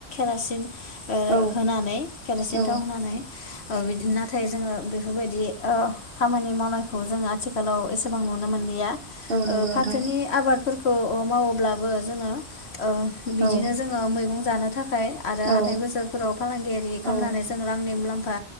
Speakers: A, on the left; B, on the right.
A: सिन ओ
B: औ
A: होनानै केरासिन
B: औ
A: थाव होनानै ओ बिदि नाथाय जोङो बेफोरबायदि ओ खामानि मावनाय खौ जों आथिखालाव एसेबां नुनो मोनलिया ओ
B: नंगौ नोंथां
A: फाथोनि ओ आबादफोर खौ ओ मावोब्लाबो जोङो ओ बिदिनो
B: औ
A: जोङो मैगं जानो था खाय आरो हाथाय
B: औ
A: बोसोरफोराव फालांगियारि खालामनानै
B: औ
A: जों रांनि मुलाम्फा